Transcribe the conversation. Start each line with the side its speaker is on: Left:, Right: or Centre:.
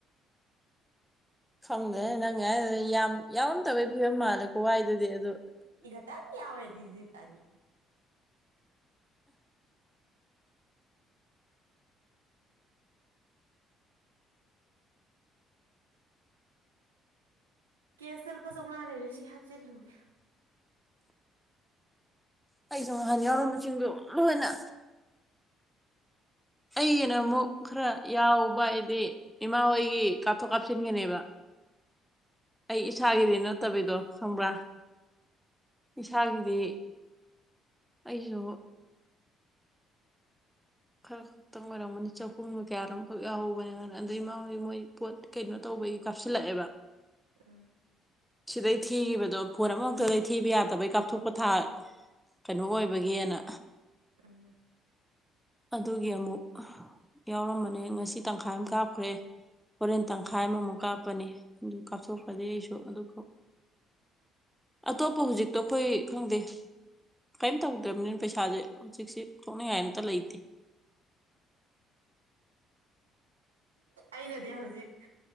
Centre: ꯈꯪꯗꯦ ꯅꯪ ꯉꯥꯏ ꯌꯥꯝ ꯌꯥꯎꯔꯝꯗꯕꯒꯤ ꯐꯤꯕꯝ ꯃꯥꯜꯂꯦꯀꯣꯋꯥꯏꯗꯨꯗꯤ ꯑꯗꯨꯗ
Right: ꯃꯌꯥꯝ ꯌꯥꯋꯥꯦꯗꯤꯖꯤꯗ ꯑꯅꯤ꯫ ꯀꯦꯁꯇ ꯂꯨꯄꯥ ꯆꯥꯃꯉꯥ ꯂꯩꯔꯦ ꯁꯤ ꯍꯥꯞꯆꯤꯜꯂꯨꯒꯦ꯫
Centre: ꯑꯩꯩ ꯁꯣꯝꯗ ꯅꯍꯥꯟ ꯌꯥꯎꯔꯝꯕꯁꯤꯡꯗꯣ ꯂꯣꯏꯅ ꯑꯩꯩꯅ ꯑꯃꯨꯛ ꯈꯔ ꯌꯥꯎꯕ ꯍꯥꯏꯗꯤ ꯏꯃꯥ ꯍꯣꯏꯒꯤ ꯀꯥꯞꯊꯣꯛ ꯀꯥꯞꯁꯤꯟꯒꯅꯦꯕ꯫ ꯑꯩ ꯏꯁꯥꯒꯤꯗꯤ ꯅꯠꯇꯕꯤꯗꯣ ꯈꯪꯕ꯭ꯔꯥ? ꯏꯁꯥꯒꯤꯗꯤ ꯑꯩꯁꯨ ꯈ ꯈꯈꯤꯇꯪ ꯑꯣꯏꯔꯝꯝꯕꯅꯤ ꯆꯍꯨꯝꯒꯣ ꯀꯌꯥꯔꯣꯝꯈꯛ ꯌꯥꯎꯍꯧꯕꯅꯅ ꯑꯗꯩ ꯏꯃꯥꯡꯒꯤ ꯃꯣꯏ ꯄꯣꯠ ꯀꯩꯅꯣ ꯇꯧꯕꯒꯤ ꯀꯥꯞꯁꯤꯜꯂꯛꯑꯦꯕ <inaudible>
Right: ꯎꯝ
Centre: ꯁꯤꯗꯩ ꯊꯤꯈꯤꯕꯗꯣ ꯐꯣꯟ ꯑꯃꯃꯛꯇꯗꯩ ꯊꯤꯕ ꯌꯥꯗꯕꯩ ꯀꯥꯞꯊꯣꯛꯄ ꯊꯥ ꯀꯩꯅꯣ ꯑꯣꯏꯕꯒꯤꯅ
Right: ꯎꯝ
Centre: ꯑꯗꯨꯒꯤ ꯑꯃꯨꯛ ꯌꯥꯎꯔꯝꯕꯅꯦ ꯉꯁꯤ ꯇꯪꯈꯥꯏ ꯑꯃ ꯀꯥꯞꯈ꯭ꯔꯦ꯫ ꯍꯣꯔꯦꯟ ꯇꯪꯈꯥꯏ ꯑꯃꯃꯨꯛ ꯀꯥꯞꯄꯅꯤ ꯑꯗꯨ ꯀꯥꯞꯊꯣꯛꯄꯗꯤ ꯑꯩꯁꯨ ꯑꯗꯨ ꯑꯇꯣꯞꯄ ꯍꯧꯖꯤꯛꯇꯣ ꯑꯩꯈꯣꯏ ꯈꯪꯗꯦ꯫ ꯀꯔꯤꯝ ꯇꯧꯗ꯭ꯔꯕꯅꯤꯅ ꯄꯩꯁꯥꯁꯦ ꯍꯧꯖꯤꯛꯁꯦ ꯊꯣꯛꯅꯤꯡꯉꯥꯏ ꯑꯝꯇ ꯂꯩ
Right: ꯑꯩꯅꯗꯤ ꯍꯧꯖꯤꯛ